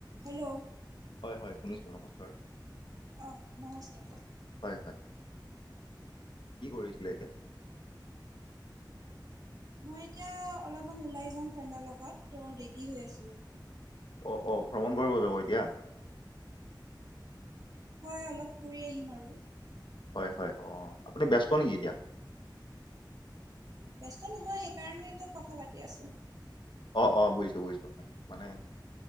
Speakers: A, on the right; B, on the left.
A: Hello!
B: হয় হয় শুনিছোঁ, নমস্কাৰ।
A: অ নমস্কাৰ।
B: হয় হয়। কি কৰিছিলা এতিয়া?
A: মই এতিয়া অলপমান ওলাই যাম ফ্ৰেণ্ডৰ লগত ত' ৰেডি হৈ আছিলোঁ।
B: অ অ ভ্ৰমণ কৰিব যাব এতিয়া?
A: হয় অলপ ফুৰি আহিম আৰু।
B: হয় হয় অ, আপুনি ব্যস্ত নেকি এতিয়া?
A: ব্যস্ত নহয়, সেইকাৰণেতো কথা পাতি আছোঁ।
B: অ অ বুজিছোঁ বুজিছোঁ হয়। মানে